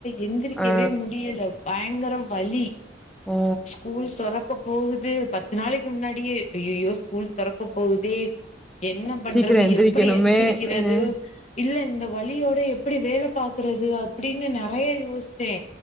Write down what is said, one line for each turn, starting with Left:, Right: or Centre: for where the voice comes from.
Left: எந்திரிக்கவே
Centre: ஆ
Left: முடியல பயங்கர வலி
Centre: ஓ
Left: ஸ்கூல் தொரக்க போகுது பத்து நாளைக்கு முன்னாட் டியே‌ அய்யயோ ஸ்கூல் தொரக் க்கு போதே என்ன பண்றது
Centre: சீக்கிரோ எந்திரிக்கணுமே
Left: எப்படி எந்திரிக்கிறது
Centre: அ ம்
Left: இல்ல இந்த வலியோட எப்புடி வேல பாக்கறது அப்டின்னு நெறைய யோசிச்சே